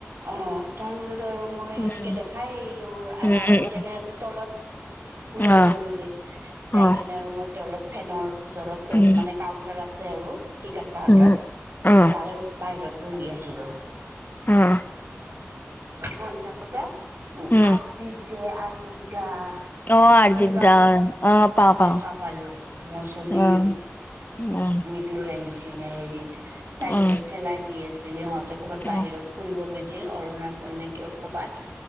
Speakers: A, on the right (about 55°); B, on the left (about 40°).
A: অ', তাৰপিছত আৰু মই
B: উম
A: সেনেকে দেখাই আহিলো আহা
B: উম
A: এই
B: উম
A: কেনে তলত পূজা
B: উম অ
A: বাইদেউ গৈছে। যায়
B: অ
A: কেনে আৰু মই তলত ফেনৰ ওচৰত য'ত
B: উম
A: মানে কাউণ্টাৰ আছে আৰু টিকট কাউণ্টাৰ।
B: উম অ
A: তাৰে বাহিৰত বহি আছিলো।
B: উম।
A: বহি থাকোতে আৰ্জিত
B: উম
A: যে আৰ্জিত দা
B: অ আৰ্জিত
A: চিনি পাৱানা,
B: দা অ পাওঁ
A: তাক
B: পাওঁ
A: দেখা পালো মৌচুমী
B: অ উম।
A: লৈ আহিছিলে, হেৰিত তাইক
B: অ
A: লৈ চেলাইন দি আছিল ইহঁতে ক'ৰবাত
B: অ
A: বাহিৰত ফুৰিব গৈছিল অৰুণা চল নে কিয় ক'বাত